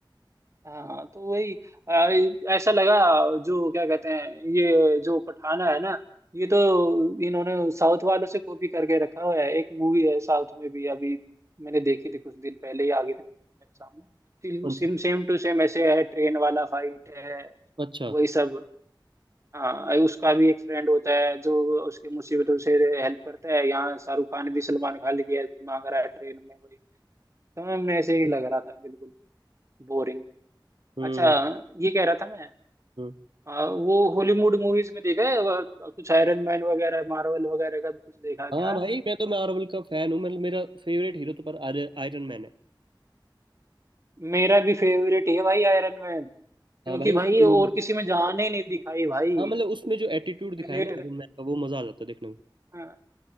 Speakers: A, on the right (about 35°); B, on the right (about 75°).
A: हाँ तो वही आ, ऐसा लगा जो क्या कहते हैं ये जो पठाना है ना ये तो इन्होंने साउथ वालों से कॉपी करके रखा हुआ है एक मूवी है साउथ में भी अभी मैंने देखी थी कुछ दिन पहले ही आ गई थी मेरे सामने
B: कौन
A: सेम
B: सी
A: सेम टू सेम ऐसे है ट्रेन वाला फाइट है
B: अच्छा
A: वही सब हाँ उसका भी एक फ्रेंड होता है जो उसकी मुसीबतों से हेल्प करता है यहाँ शाहरुख खान भी सलमान खान की हेल्प मांग रहा है ट्रेन में वही तो मैं ऐसे ही लग रहा था बिल्कुल बोरिंग
B: हम्म
A: अच्छा ये कह रहा था मैं
B: हम्म
A: आ, वो हॉलीवुड मूवीज में देखा है वह- कुछ आयरन मैन वगैरह मार्वल वगैरह का भी कुछ देखा क्या
B: हाँ भाई मैं तो मार्वल का फैन हूँ मतलब मेरा फेवरेट हीरो तो पर आयरन मैन है
A: मेरा भी फेवरेट है भाई आयरन मैन क्योंकि
B: हाँ भाई उसकी
A: भाई ये
B: मूवी
A: और किसी में जान ही नहीं दिखाई भाई
B: हाँ मतलब उसमें जो एटीट्यूड दिखाया
A: रिलेट
B: है ना आयरन मैन का वो मजा आ जाता है देखने में
A: हाँ,